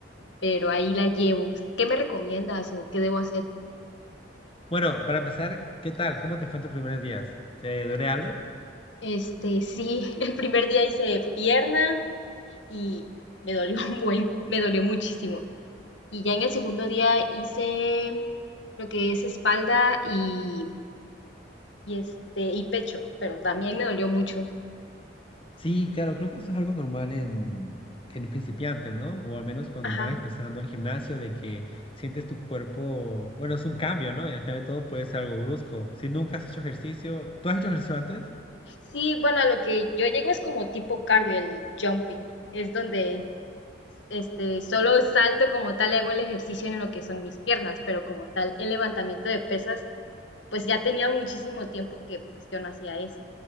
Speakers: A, on the left; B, on the left.
A: pero ahí la llevo. ¿Qué me recomiendas o qué debo hacer?
B: Bueno, para empezar, ¿qué tal? ¿Cómo te fue en tus primeros días? ¿Te duele algo?
A: Este, sí, <laughs> el primer día hice pierna y me dolió un buen, me dolió muchísimo. Y ya en el segundo día hice lo que es espalda y, y este, y pecho, pero también me dolió mucho.
B: Sí, claro, creo que eso es algo normal en, en principiantes, ¿no? O al menos cuando
A: Ajá.
B: van empezando el gimnasio, de que sientes tu cuerpo, bueno, es un cambio, ¿no? Y al final de todo puede ser algo brusco. Si nunca has hecho ejercicio, ¿tú has hecho ejercicio antes?
A: Sí, bueno, a lo que yo llego es como tipo cardio, el jumping. Es donde este, solo salto como tal y hago el ejercicio en lo que son mis piernas, pero como tal, el levantamiento de pesas, pues ya tenía muchísimo tiempo que pues yo no hacía eso.